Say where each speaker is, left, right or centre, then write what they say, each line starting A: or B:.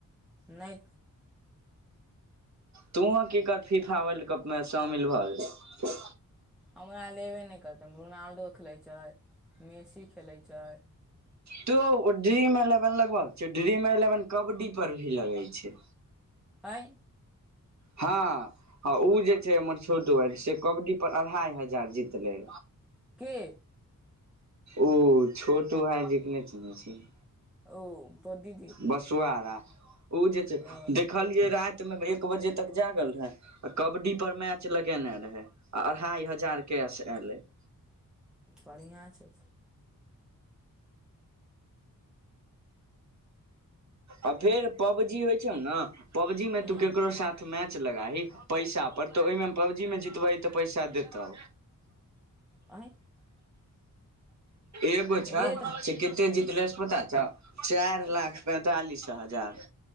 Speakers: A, in the centre; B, on the right (about 55°).
A: नहि
B: तोहु किकर फिफा वर्ल्ड कप मे शामिल भऽ गेल
A: हमरा लेबे नहि करतै रोनाल्डो खेलैत छै मेसी खेलैत छै
B: तो ओ ड्रीम एलेवन लगभग छै ड्रीम एलेवन कबड्डी पर भी लगै छै
A: आय
B: हां हँ ओ जे छै हमर छोटु भाय से कबड्डी पर अढ़ाई हजार जीतलै
A: के
B: ओ छोटु भायजी के नहि चिन्है छिही
A: प्र
B: बसुआरा ओ जे छै
A: ओ
B: देखलियै राति मे एक बजे तक जागल कबड्डी पर मैच लगेने रहे आ अढ़ाई हजार कैश एले <unintelligible>
A: बढ़िआँ छै
B: आ फेर पब जी होइ छौ ना पबजी में
A: हूँ
B: तू केकरो साथ मैच लगाही पैसा पर तऽ ओहिमे पबजी मे जीतबहि तऽ पैसा देतौ
A: आ
B: एगो छै
A: रे तऽ
B: से केते जीतलै से पता चार
A: कते
B: लाख पैंतालिस हजार